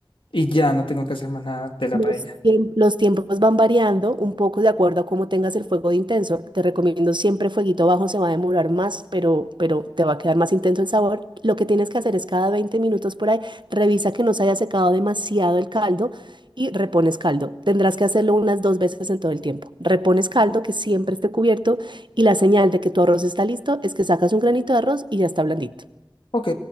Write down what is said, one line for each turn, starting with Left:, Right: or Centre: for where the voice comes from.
Left: Y ya no tengo que hacer más nada de la
Right: Los,
Left: paella.
Right: tiemp- los tiempos van variando un poco de acuerdo a cómo tengas el fuego de intenso. Te recomiendo siempre fueguito bajo, se va a demorar más, pero, pero te va a quedar más intenso el sabor. Lo que tienes que hacer es cada 20 minutos por ahí, revisa que no se haya secado demasiado el caldo y repones caldo. Tendrás que hacerlo unas dos veces en todo el tiempo. Repones caldo, que siempre esté cubierto, y la señal de que tu arroz está listo es que sacas un granito de arroz y ya está blandito.
Left: Ok,